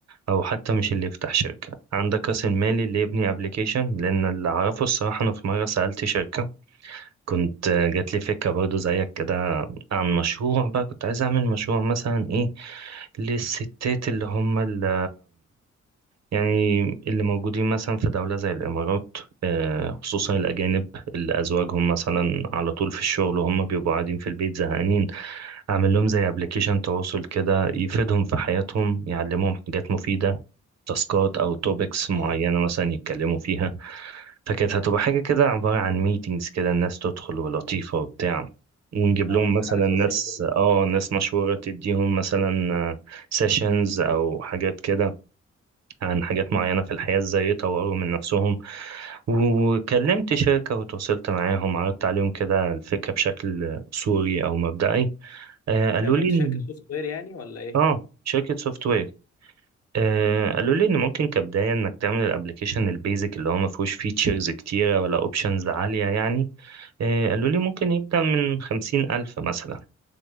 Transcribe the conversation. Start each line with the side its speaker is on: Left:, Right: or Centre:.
Right: او حتى مش اللي يفتح شركه عندك راس المال اللي يبني ابلكيشن لان اللي اعرفه الصراحه انا في مره سالت شركه كنت جات لي فكرة برضو زيك كده عن مشروع بقى كنت عايز أعمل مشروع مثلا إيه للستات اللي هم اللي يعني اللي موجودين مثلا في دولة زي الإمارات آه، خصوصا الأجانب اللي أزواجهم مثلا على طول في الشغل وهم بيبقوا قاعدين في البيت زهقانين أعمل لهم زي أبليكيشن تواصل كده يفيدهم في حياتهم يعلمهم حاجات مفيدة تاسكات أو توبكس معينة
Left: اه
Right: مثلا يتكلموا فيها فكانت هتبقى حاجة كده عبارة عن ميتينجز كده الناس تدخل ولطيفة وبتاع ونجيب
Left: اه
Right: لهم مثلا
Left: حاجه سوشيال
Right: ناس
Left: برضه
Right: اه ناس مشهورة تديهم مثلا سيشنز أو حاجات كده عن حاجات معينة في الحياة ازاي يطوروا من نفسهم وكلمت شركة وتواصلت معاهم عرضت عليهم كده الفكرة بشكل صوري أو مبدئي آه قالوا
Left: كلمت
Right: لي إن-
Left: شركه سوفت وير يعني ولا ايه
Right: اه شركة سوفت وير آه قالوا لي ان ممكن كبدايه انك تعمل الابلكيشن البيزك اللي هو ما فيهوش فيتشرز كتيره ولا اوبشنز عاليه يعني آه، قالوا لي ممكن يبدأ من خمسين ألف مثلا